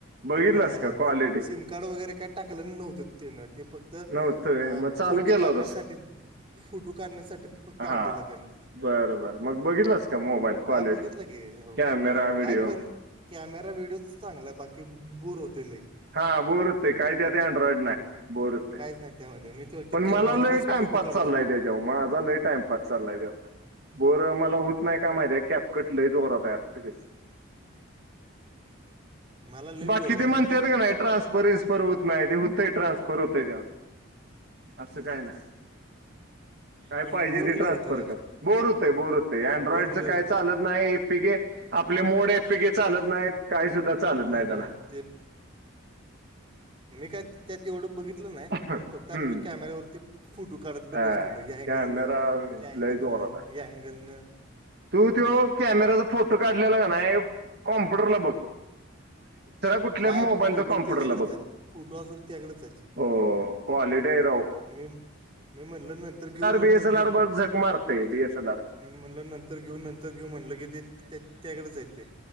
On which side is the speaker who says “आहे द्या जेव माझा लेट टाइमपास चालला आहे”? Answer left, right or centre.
Right